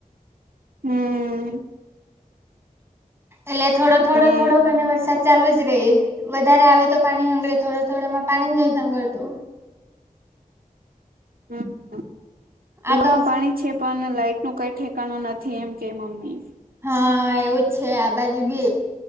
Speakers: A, on the right; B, on the right.
A: હમ્મ
B: એટલે થોડો થોડો
A: ને
B: થોડોકને વરસાદ ચાલુ જ રહી, વધારે આવે તો પાણી હંગેરે થોડો થોડો માં પાણીજ નહી હંગારતું.
A: હમ્મ કૂવામાં
B: આ તો
A: પાણી છે, પણ લાઈટ નું કઈ ઠેકાણું નથી, એમ કે મમ્મી
B: હા એવું જ છે આ બાજુબી,